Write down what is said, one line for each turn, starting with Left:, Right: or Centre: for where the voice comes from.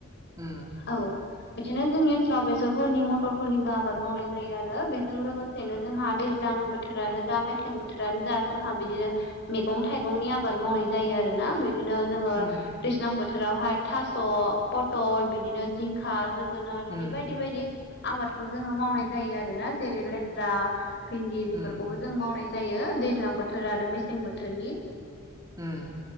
Right: उम
Left: औ बिदिनो जोंनि ओनसोलाव बेसरफोरनि मटरफोरनिबो आबाद मावनाय जायो आरो बेजों लोगोसेनो जोंहा दैज्लां बोथोर बोथोरानो जा मेसें बोथोरानो जा जोंहा बिदिनो मैगं थाइगंनि आबाद मावनाय जायो आरोना बिदिनो जोङो
Right: उम
Left: दैज्लां बोथ थोरावहाय थास' पटल बिदिनो जिंखा जोगोनार बिदि
Right: उम
Left: बायदि बायदि आबादखौ जोङो मावनाय जायो आरो ना जेरै लेस्रा भिन्दि बेफोरखौबो
Right: उम
Left: जों मावनाय जायो दैज्लां बोथोर आरो मेसें बोथोरनि
Right: उम